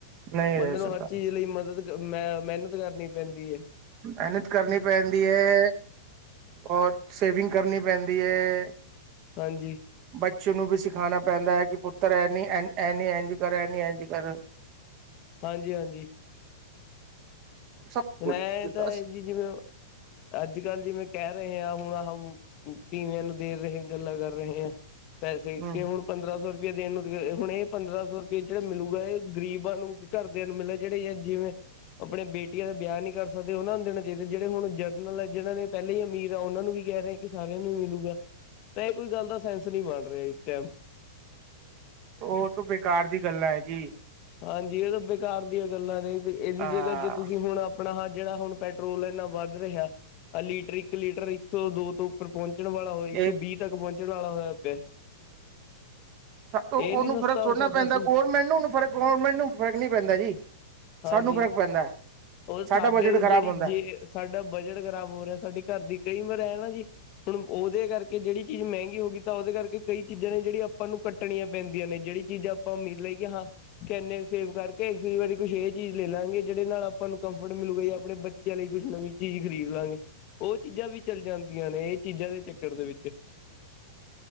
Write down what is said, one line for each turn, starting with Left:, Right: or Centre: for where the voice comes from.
Right: ਨਹੀਂ
Left: ਬੰਦੇ
Right: ਰਹਿ
Left: ਨੂੰ
Right: ਸਕਦਾ
Left: ਹਰ ਚੀਜ਼ ਲਈ ਮਦਦ ਮੈਂ ਮਿਹਨਤ ਕਰਨੀ ਪੈਂਦੀ ਐ
Right: ਮਿਹਨਤ ਕਰਨੀ ਪੈਂਦੀ ਹੈ ਔਰ ਸੇਵਿੰਗ ਕਰਨੀ ਪੈਂਦੀ ਹੈ
Left: ਹਾਂਜੀ
Right: ਬੱਚੇ ਨੂੰ ਵੀ ਸਿਖਾਉਣਾ ਪੈਂਦਾ ਹੈ ਕਿ ਪੁੱਤਰ ਐ ਨੀ ਐਂਜ ਐ ਨੀ ਐਂਜ ਕਰ ਐ ਨੀ ਐਂਜ ਕਰ
Left: ਹਾਂਜੀ ਹਾਂਜੀ
Right: ਸਭ
Left: ਹੁਣ
Right: ਕੁਛ
Left: ਐ ਤਾਂ
Right: ਦੱਸ
Left: ਇਹ ਜੀ ਜਿਵੇਂ ਅੱਜ ਕੱਲ੍ਹ ਜਿਵੇਂ ਕਹਿ ਰਹੇ ਹਾਂ ਹੁਣ ਆਹ <unintelligible> ਤੀਵਿਆਂ ਨੂੰ ਦੇ ਰਹੇ ਗੱਲਾਂ ਕਰ ਰਹੇ ਆਂ ਪੈਸੇ ਕਿ
Right: ਹਮ
Left: ਹੁਣ ਪੰਦਰਾਂ ਸੌ ਰੁਪਇਆ ਦੇਣ ਨੂੰ <unintelligible> ਹੁਣ ਇਹ ਪੰਦਰਾਂ ਸੌ ਰੁਪਇਆ ਜਿਹੜਾ ਮਿਲੂਗਾ ਇਹ ਗਰੀਬਾਂ ਨੂੰ‌ ਦੇ ਘਰਦਿਆਂ ਨੂੰ ਮਿਲਾ ਜਿਹੜੇ ਆ ਜਿਵੇਂ ਆਪਣੇ ਬੇਟੀਆਂ ਦਾ ਬਿਆਹ ਨੀ ਕਰ ਸਕਦੇ ਉਹਨਾਂ ਨੂੰ ਦੇਣਾ ਚਾਹੀਦਾ ਜਿਹੜੇ ਹੁਣ ਜਰਨਲ ਹੈ ਜਿਹਨਾਂ ਨੇ ਪਹਿਲਾਂ ਹੀ ਅਮੀਰ ਆ ਉਹਨਾਂ ਨੂੰ ਵੀ ਕਹਿ ਰਹੇ ਕਿ ਸਾਰਿਆਂ ਨੂੰ ਹੀ ਮਿਲੂਗਾ ਤਾਂ ਇਹ ਕੋਈ ਗੱਲ ਦਾ ਸੈਂਸ ਨਹੀਂ ਬਣ ਰਿਹਾ ਇਸ ਟਾਈਮ
Right: ਉਹ ਤੋਂ ਬੇਕਾਰ ਦੀ ਗੱਲਾਂ ਹੈ ਜੀ
Left: ਹਾਂਜੀ ਇਹ ਤਾਂ ਬੇਕਾਰ ਦੀਆਂ ਗੱਲਾਂ ਨੇ ਤੇ ਇਹਦੀ
Right: ਅਹ
Left: ਜਗ੍ਹਾ ਜੇ ਤੁਸੀਂ ਹੁਣ ਆਪ ਆਪਣਾ ਹਾਂ ਜਿਹੜਾ ਹੁਣ ਪੈਟਰੋਲ ਇੰਨਾ ਵੱਧ ਰਿਹਾ ਲੀਟਰ ਇੱਕ ਲੀਟਰ ਇੱਕ ਸੌ ਦੋ ਤੋਂ ਉੱਪਰ ਪਹੁੰਚਣ ਵਾਲਾ ਹੋ ਇੱਕ
Right: ਇਹ
Left: ਸੌ ਬੀਹ ਤੱਕ ਪਹੁੰਚਣ ਵਾਲਾ ਹੋਇਆ ਪਿਆ
Right: ਸ ਉਹ
Left: ਇਹ ਨੀ
Right: ਉਹਨੂੰ
Left: ਸਸਤਾ
Right: ਫ਼ਰਕ ਥੋੜ੍ਹਨਾ
Left: ਹੋ ਸਕਦਾ
Right: ਪੈਂਦਾ
Left: ਸੀ
Right: ਗੌਰਮੈਂਟ ਨੂੰਨੂੰ ਫਰਕ ਗੌਰਮੈਂਟ ਨੂੰ ਫਰਕ ਨੀ ਪੈਂਦਾ ਜੀ
Left: ਹਾਂਜੀ
Right: ਸਾਨੂੰ ਫ਼ਰਕ ਪੈਂਦਾ
Left: ਉਹ
Right: ਸਾਡਾ
Left: ਸਾਡੇ
Right: ਬਜਟ
Left: ਦੀ
Right: ਖ਼ਰਾਬ
Left: ਜਿਹੜੀ
Right: ਹੁੰਦਾ
Left: ਜੇ
Right: ਹੈ।
Left: ਸਾਡਾ ਬਜਟ ਖਰਾਬ ਹੋ ਰਿਹਾ ਸਾਡੀ ਘਰ ਦੀ ਕਈ ਉਮਰ ਹੈ ਨਾ ਜੀ ਹੁਣ ਉਹਦੇ ਕਰਕੇ ਜਿਹੜੀ ਚੀਜ਼ ਮਹਿੰਗੀ ਹੋ ਗਈ ਤਾਂ ਉਹਦੇ ਕਰ ਕੇ ਕਈ ਚੀਜ਼ਾਂ ਨੇ ਜਿਹੜੀ ਆਪਾਂ ਨੂੰ ਕੱ ਕਰਣੀਆਂ ਪੈਂਦੀਆਂ ਨੇ ਜਿਹੜੀ ਚੀਜ਼ਾਂ ਆਪਾਂ ਉਮੀਦ ਲਾਈ ਏ ਹਾਂ ਕਹਿਨੇ ਹਾਂ ਸੇਵ ਕਰਕੇ ਕੇਈ ਵਾਰੀ ਕੁੱਛ ਇਹ ਚੀਜ਼ ਲੈ ਲਵਾਂਗੇ ਜਿਹਦੇ ਨਾਲ ਆਪਾਂ ਨੂੰ ਕੰਫਰਟ ਮਿਲੂਗਾ ਜ ਆਪਣੇ ਬੱਚੇ ਬੱਚਿਆਂ ਲਈ ਕੁੱਛ ਨਵੀਂ ਚੀਜ਼ ਖਰੀਦ ਲਾਂਗੇ ਉਹ ਚੀਜ਼ਾਂ ਵੀ ਚੱਲ ਜਾਂਦੀਆਂ ਨੇ ਇਹ ਚੀਜ਼ਾਂ ਦੇ ਚੱਕਰ ਦੇ ਵਿੱਚ